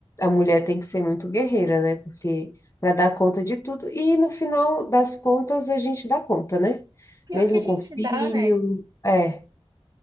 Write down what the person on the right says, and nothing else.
Pior
que a gente
dá, né?